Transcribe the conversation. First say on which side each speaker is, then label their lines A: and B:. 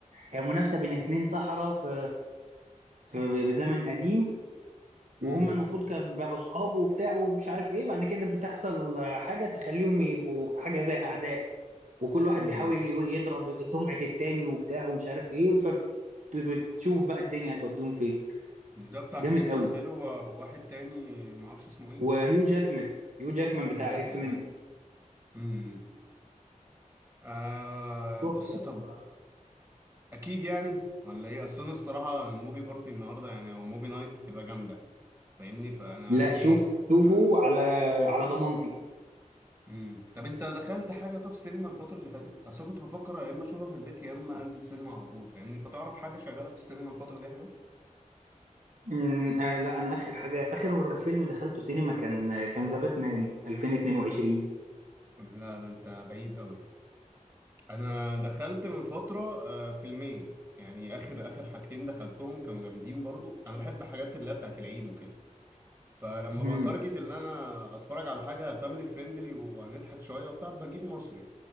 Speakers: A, on the right; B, on the right.
A: هي منافسة بين اتنين سحرة في في بزمن قديم وهم
B: امم
A: المفروض كانوا بقوا صحاب وبتاع ومش عارف ايه بعد كده بتحصل حاجة تخليهم يبقوا حاجة زي أعداء وكل واحد
B: امم
A: بيحاول يو- يضرب سمعة التاني وبتاع ومش عارف ايه فبتشوف بقى الدنيا هتوديهم فين
B: مش ده بتاع
A: جامد
B: كريستان
A: قوي
B: بيل و- وواحد تاني ما اعرفش اسمه ايه
A: وهيو جاكمان هيو جاكمان
B: يو
A: بتاع
B: جاكمان
A: اكس مين
B: ايوه امم آه
A: تحفة
B: بص طب اكيد يعني ولا ايه اصل انا الصراحه الموفي بارتي النهارده يعني او موفي نايت هتبقى جامده فاهمني فانا
A: لا
B: ايه
A: شوف شوفوا على على ضمانتي
B: امم طب انت دخلت حاجه طب سينما الفتره اللي فاتت اصل كنت بفكر يا اما اشوفها في البيت يا اما انزل السينما على طول فاهمني فتعرف حاجه شغاله في السينما الفتره دي حلو
A: أمم، آه لا انا اخر حاجه اخر فيلم دخلته سينما كان كان ذا باتمان 2022
B: لا ده انت بعيد قوي انا دخلت من فتره آه، فيلمين يعني اخر اخر حاجتين دخلتهم كانوا جامدين برضو انا بحب حاجات اللي هي بتاعت العيد وكده فلما
A: امم
B: بتارجت ان انا اتفرج على حاجه فاميلي فريندلي وهنضحك شويه وبتاع بجيب مصري